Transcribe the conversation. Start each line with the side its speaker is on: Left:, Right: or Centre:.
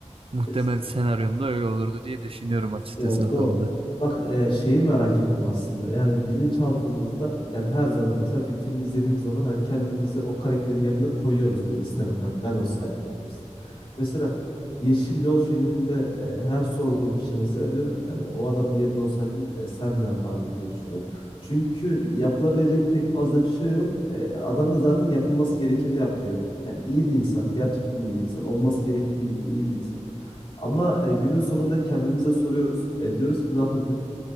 Right: Muhtemel
Left: Kesinlikle.
Right: senaryomda öyle olurdu diye düşünüyorum açıkçası
Left: Ya
Right: o
Left: doğru.
Right: konuda.
Left: Bak e, şeyi merak ettim aslında. Yani bilinçaltımızda yani her zaman mesela bir film izlediğimiz zaman hani kendimizi o karakterin yerine koyuyoruz böyle istemeden. Hani ben olsaydım gibisinden. Mesela Yeşil Yol filminde e, her sorduğum kişi mesela diyorum ki yani o adamın yerinde olsaydın e, sen ne yapardın diye düşünüyorum. Çünkü yapılabilecek pek fazla bir şey yok. E, adam da zaten yapılması gerekeni yapıyor. Yani iyi bir insan, gerçekten iyi bir insan, olması gerektiği gibi iyi bir insan. Ama e, günün sonunda kendimize soruyoruz. E, diyoruz ki ne yapabiliriz?